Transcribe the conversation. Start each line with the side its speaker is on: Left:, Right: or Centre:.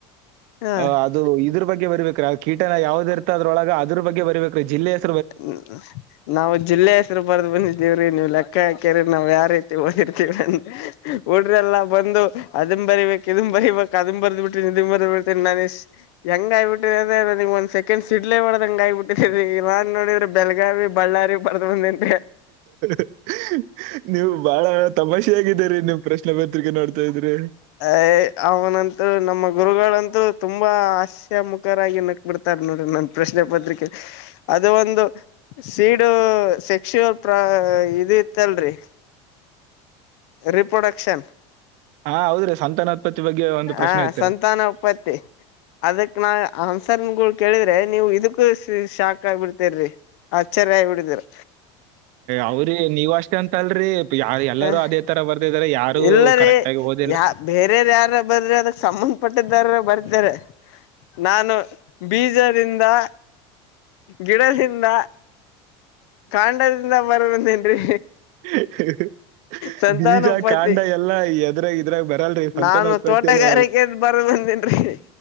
Left: ಹ
Right: ಆ ಅದು ಇದುರ್ ಬಗ್ಗೆ ಬರಿಬೇಕ ಆ ಕೀಟನ ಯಾವ್ದಿರ್ತ ಅದ್ರೊಳಗ ಅದ್ರು ಬಗ್ಗೆ ಬರಬೇಕ್ರಿ ಜಿಲ್ಲೆ ಹೆಸ್
Left: ಹ್ಮ ನಾವ್ ಜಿಲ್ಲೆ ಹೆಸ್ರು ಬರ್ದ್ ಬಂದಿದ್ದೀವ್ರಿ ನೀವ್ ಲೆಕ್ಕ ಹಾಕ್ಯರ ನಾವ್ ಯಾರೀ ಓದಿರ್ತೀವ್ ಹುಡುಗ್ರು ಎಲ್ಲಾ ಬಂದು ಅದುನ್ ಬರಿಬೇಕ್ ಇದುನ್ ಬರಿಬೇಕ್ ಅದನ್ ಬರ್ದ್ ಬಿಟ್ ಟ್ಟಿ ಇದುನ್ ಬರಿಬೇಕ್ <unintelligible> ಹೆಂಗ ಆಗ್ಬಿಟ್ಟಿದಂದ್ರ್ ಒಂದ್ ಸೆಕೆಂಡ್ ಸಿಡ್ಲೆ ಬಡ್ದಂಗ ಆಗ್ಬಿಟ್ಟಿದೆ ರೀ ಇವಾಗ ನೋಡಿದ್ರೆ ಬೆಳಗಾವಿ, ಬಳ್ಳಾರಿ, ಬರದಬಂದೀನಿ
Right: <inaudible> ನೀವು ಬಾಳ ತಮಾಷೆ ಆಗಿದ್ದೀರಿ ನಿಮ್ ಪ್ರಶ್ನೆ ಪತ್ರಿಕೆ ನೋಡ್ತಾ ಇದ್ರಿ
Left: ಏ ಅವನಂತ ನಮ್ಮ ಗುರುಗಳಂತೂ ತುಂಬಾ ಹಾಸ್ಯ ಮುಖರಾಗಿ ನಕ್ಬಿಡ್ತಾರ ನೋಡ್ರಿ ನನ್ ಪ್ರಶ್ನೆ ಪತ್ರಿಕೆ ಅದ ಒಂದು ಸೀಡು ಸೆಕ್ಶುಅಲ್ ಪ್ರಾ ಇದು ಇತ್ತಲ್ರಿ ರೀ ಪ್ರೊಡಕ್ಷನ್
Right: ಹಾ ಹೌದ್ರಿ ಸಂತಾನೋತ್ಪತ್ತಿ ಬಗ್ಗೆ ಒಂದು ಪ್ರಶ್ನೆ
Left: ಹಾ
Right: ಇತ್ರಿ
Left: ಸಂತಾನ ಉತ್ಪತ್ತಿ ಅದಕ್ ನಾ ಅನ್ಸರ್ಗಳ್ ಕೇಳಿದ್ರೆ ನೀವು ಇದುಕ್ಕು ಶಾಕ್ ಆಗ್ಬಿಡ್ತೀರ್ರಿ. ಆಚ್ಚರಿ ಆಗ್ಬಿಡತ್ತಿರಿ
Right: ಅವ್ರೀ ನೀವ್ ಅಷ್ಟೇ ಅಂತ ಅಲ್ರಿ ತ್ ಯಾ ಎಲ್ಲರೂ
Left: ಹ
Right: ಅದೇ ತರಾ ಬರ್ದಿದರೆ ಯಾರು
Left: ಇಲ್ಲರಿ
Right: ಕರೆಕ್ಟ್ ಆಗಿ ಓದ್
Left: ಯಾ ಬೇರೆವ್ರ್ ಯಾರದರ ಅದಾರೀ ಅದಕ್ ಸಂಬಂಧಪಟ್ಟಿದ್ದಾರ ಬರ್ತರೆ ನಾನು ಬೀಜದಿಂದಾ, ಗಿಡದಿಂದಾ, ಕಾಂಡದಿ ದ ಬರದಂದೇನ್ರಿ
Right: ಹ್ಹ್ ಹ್ಹ್
Left: ಸಂತಾನೋಪತಿ
Right: ಬೀಜಾ ಕಾಂಡಾ ಎಲ್ಲಾ ಎದುರಾ ಇತ್ತು ಇದ್ರಾಗ್ ಬರಲ್ರಿ ಸಂತಾನ
Left: ನಾನು
Right: ಉತ್ಪತ್ತಿಯಲ್ಲಿ
Left: ತೋಟಗಾರಿಕೆ ಬರ ಬಂದೇನ್ರಿ